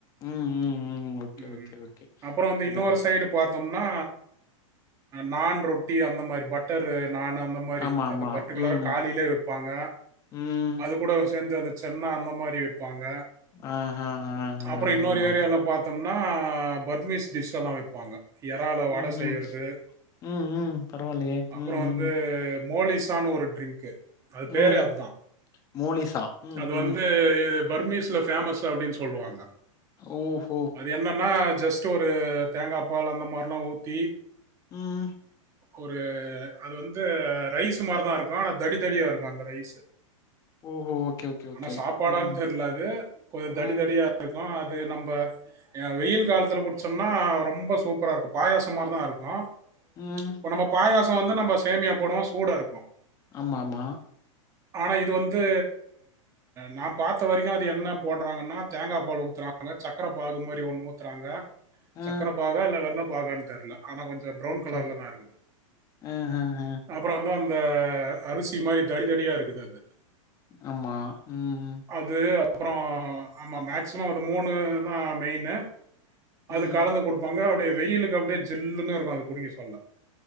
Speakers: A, on the left; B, on the right.
A: ம் ம் ம் ஓகே
B: ம்
A: ஓகே ஓகே
B: அப்ரோ வந்து
A: அதா
B: இன்னொரு சைடு பாத்த தம்னா நான் ரொட்டி அந்த மாரி பட்டரு நானு அந்த மாரி
A: ஆமா
B: அது
A: ஆமா
B: பர்ட்டிகுலார
A: ம்
B: காலிலே வைப்பாங்க
A: ம்
B: அது கூட சேந்து அந்த சென்னா அந்த மாரி வெப்பாங்க
A: ஆ ஆ ஆ ஆ
B: அப்றம் இன்னொரு
A: ஆமா ஆமா
B: ஏரியால பாத் னா பர்மிஸ் டிஷ்ஷெல்லா வைப்பாங்க ஏறால வட
A: ம்
B: செய்றது
A: ம் ம் ம் பரவாயில்லையே
B: அப்ரோ
A: ம்
B: வந்து
A: ம்
B: மோலிஸானு ஒரு ட்ரிங்க்கு அது பேரே
A: ம்
B: அதா
A: மோலிசா ம்
B: அது
A: ம்
B: வந்து பர்மிஸ்ல ஃபேமசு அப்டின் சொல்வாங்க
A: ஓ
B: அது என்னன்னா ஜஸ்ட் ஒரு தேங்கா பால் அந்த மாரில்லா ஊத்தி
A: ம்
B: ஒரு அது வந்து ரைஷூ மாரி தாருக்கு ஆனா தடி தடியாருக்கு அந்த ரைஸு
A: ஓஹோ! ஓகே, ஓகே, ஓகே.
B: ஆனா சாப்பாடான்
A: ம்,
B: தெர்ல அது கொஞ் தடி
A: ம்,
B: தடியாருக்கு அது நம்ம அ வெயில் காலத்துல குச்சம்னா ரொம்ப சூப்பராருக்கு பாயாசோ மாரிதா இருக்கு
A: ம்.
B: இப்ப நம்ம பாயாசோ வந்து நம்ம சேமியா போடுவோ சூடாருக்கு
A: ஆமாமா
B: ஆனா இது வந்து நா பாத்த வரைக்கு அது என்ன போட்றாங்கன்னா தேங்கா பால் உத்துறாங்கலா சக்கர பாகு மாரி ஒன்னு ஊத்துறாங்க
A: ஆ,
B: சக்கர பாகா இல்ல வெள்ள பாகான் தெர்ல ஆனா கொஞ்சோ ப்ரவுன்
A: ஓகே.
B: கலர்ல தா இருக்குது
A: அ, அ, அ.
B: அப்றம் வந்து அந்த அரிசி மாரி தடி தடியா இருக்குது அது
A: ஆமா ம்,
B: அது அப்ரோ ஆமா மேக்சிம அது மூணுதா மெயினு
A: ம்.
B: அது கலந்து குடுப்பாங்க அப்டே வெயிலுக்கு அப்டே ஜில்லுன்னு இருக்கு அது குடிக்க சொல்ல